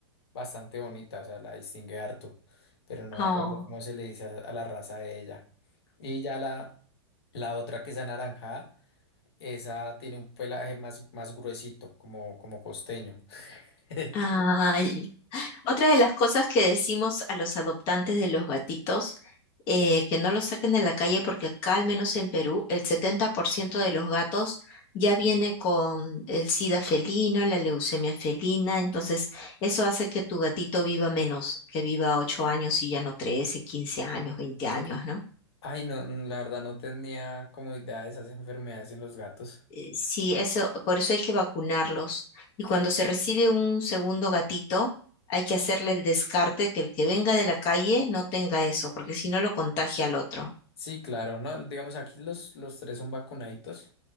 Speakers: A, on the left; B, on the left.
A: bastante bonita, o sea, la distingue harto, pero no me
B: oh.
A: acuerdo cómo se le dice a, a la raza de ella. Y ya la, la otra que es anaranjada, esa tiene un pelaje más, más gruesito, como, como costeño. <laughs>
B: Ay. Otra de las cosas que decimos a los adoptantes de los gatitos, eh, que no los saquen de la calle porque acá, al menos en Perú, el 70% de los gatos ya viene con el sida felino, la leucemia felina, entonces eso hace que tu gatito viva menos, que viva 8 años y ya no trece quince años, 20 años, ¿no?
A: Ay, no, la verdad no tenía como idea de esas enfermedades en los gatos.
B: Eh, Sí, eso, por eso hay que vacunarlos. Y cuando se recibe un segundo gatito, hay que hacerle el descarte que el que venga de la calle no tenga eso, porque si no lo contagia al otro.
A: Sí, claro, no, digamos aquí los, los tres son vacunaditos.